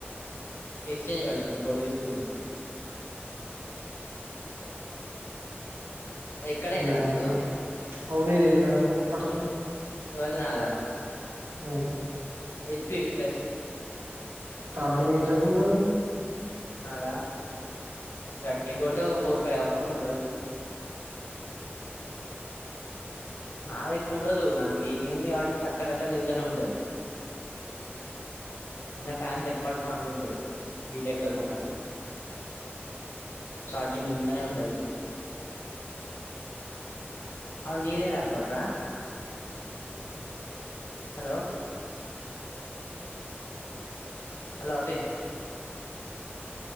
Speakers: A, on the left (about 80°); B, on the right (about 80°).
A: ఎక్స్చేంజ్ పెడతా ఇంకోటి తీసుకున్నా అది ఎక్కడైంది
B: లేనోవొ
A: అసలు
B: అవునీ లాప్ టాప్ ఫస్ట్
A: ఎవరిది నాదా
B: ఆమ్
A: వొత్తే ఇటాస్
B: చార్జింగ్ ఏంచేప్ ఉంటాంది
A: నాద గట్టిగా కొడితే ఒక ఫోర్ ఫైవ్ అవర్స్ ఉంటాది నాది ఎక్కువ ఉండదు నాది గేమ్ ను బట్టి అక్కడక్కడ తిరుగుతానే ఉంటది ఇంకా ఫ్యాన్స్ ఎప్పటికి అన్లొ ఉంటాయి హీట్ ఎక్కకుండా చార్జింగ్ ఇంతనే ఉంటాది అవును నీదే ల్యాప్ టాప్ ఆ హలో హలో అది